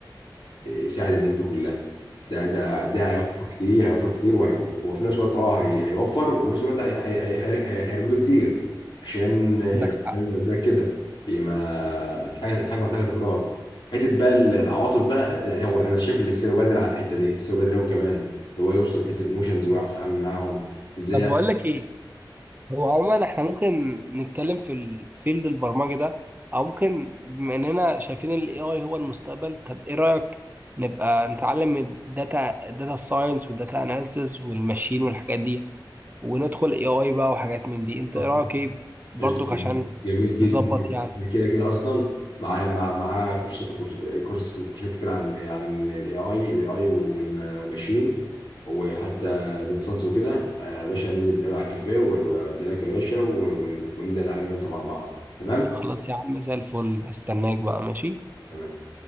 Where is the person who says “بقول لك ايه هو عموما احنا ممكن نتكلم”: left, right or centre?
Right